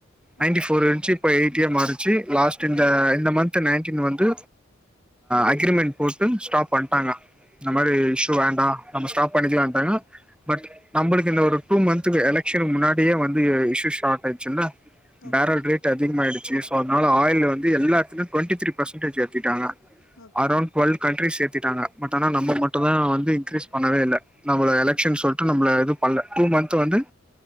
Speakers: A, on the left (about 85°); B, in the centre.
A: okay
B: ninety four இன்ஞ்சு இப்போ எய்டியா மாருச்சு லாஸ்ட் இந்த
A: ம்
B: இந்த மந்த் த் நைன்டீன் வந்து அக்ரிமென்டு போட்டு ஸ்டாப் பண்டாங்க இந்த மாரி
A: ஓகே
B: ஸ் யூ வேண்டா நம்ப ஸ்டாப் பண்ணிக்கிலான்டாங்க பட் நம்புளுக்கு இந்த ஒரு டூ மந்துக்கு எலெக்ஷன் முன்னாடியே வந்து இஷ்சு ஷார்ட் ஆய்சில்ல
A: ஓகே
B: டைரக்ட் ரேட் டு அதிகமாயிடுச்சு சோ அதுனால ஆயில் வந்து எல்லா இடத்துலயு டுவென்டி த்ரீ பர்சன்டேஜ் ஏத்திட்டாங்க
A: ஓகே
B: அரௌண்ட் டுவல் கண்ட்ரிஸ் ஏத்திட்டட்டாங்க பட் ஆனா நம்ப மட்டூ தா வந்து இன்கிரீஸ் பண்ணவே இல்ல நம்மள எலெக்ஷன்
A: ஆ
B: சொல்ட்டு நம்மள எது பண்ல டூ மந்து வந்து